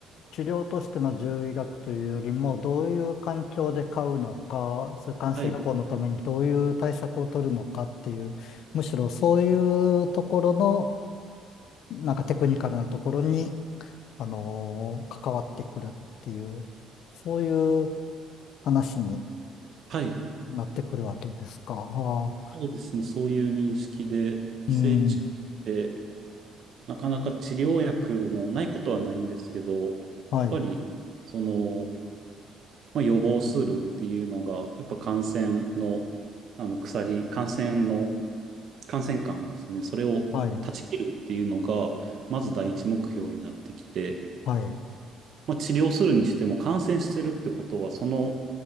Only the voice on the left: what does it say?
治療としての獣医学というよりも、どういう環境で飼うのか、それ感染予防のためにどういう対策を取るのかっていう、
むしろそういうところの、なんかテクニカルなところに、あのー関わってくるっていう、そういう話に
なってくるわけですか。はあ、
うん、
はい、
はい、
はい、